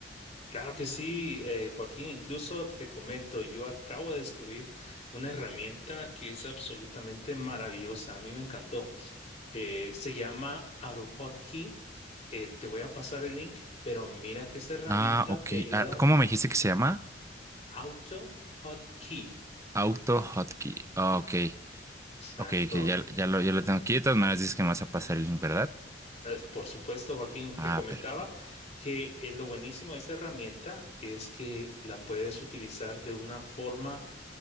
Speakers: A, on the left (about 40°); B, on the right (about 15°).
A: Claro que sí, eh, Joaquín. Incluso te comento, yo acabo de descubrir una herramienta que es absolutamente maravillosa. A mí me encantó. Eh, se llama Aruhotkey. Eh, te voy a pasar el link, pero mira que esta herramienta
B: Ah, ok.
A: te ayuda
B: Ah, ¿Cómo me dijiste que se
A: con
B: llama?
A: AutoHotkey.
B: Auto Hotkey. Ah, ok.
A: Exacto.
B: Ok, que ya, ya lo, ya lo tengo aquí. De todas maneras, dices que me vas a pasar el link, ¿verdad?
A: Pues, Por supuesto, Joaquín, te
B: Ah,
A: comentaba
B: perfecto.
A: que eh, lo buenísimo de esta herramienta es que la puedes utilizar de una forma